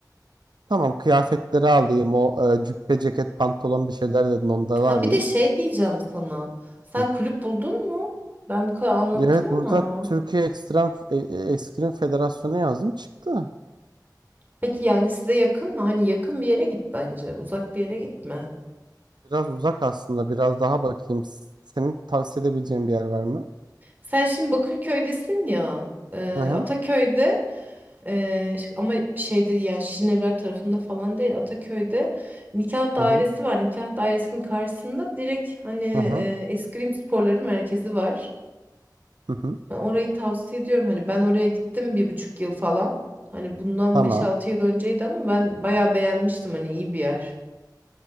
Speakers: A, on the right; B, on the right.
A: Tamam kıyafetleri alayım. O e, cübbe, ceket, pantolon bir şeyler dedin onları
B: Ha
A: arayayım.
B: bir de şey diyeceğim sana. Sen
A: Hı.
B: kulüp buldun mu? Ben bu kadar anlattım
A: Evet
B: ama.
A: burada Türkiye Ekstrem e, e, Ekstrem Federasyonu yazdım çıktı.
B: Peki yani size yakın mı? Hani yakın bir yere git bence. Uzak bir yere gitme.
A: Biraz uzak aslında. Biraz daha bakayım. S- Senin tavsiye edebileceğin bir yer var mı?
B: Sen şimdi Bakırköy'desin ya. E,
A: Hı hı.
B: Ataköy'de Ee, ş- ama şeyde yani Şirinevler tarafında falan değil Ataköy'de nikah dairesi
A: Hı hı.
B: var. Nikah dairesinin karşısında direkt hani
A: Hı hı.
B: e, eskrim sporları merkezi var.
A: Hı hı.
B: Ben orayı tavsiye ediyorum. Hani ben oraya gittim bir buçuk yıl falan. Hani bundan
A: Tamam.
B: beş altı yıl önceydi ama ben bayağı beğenmiştim. Hani iyi bir yer.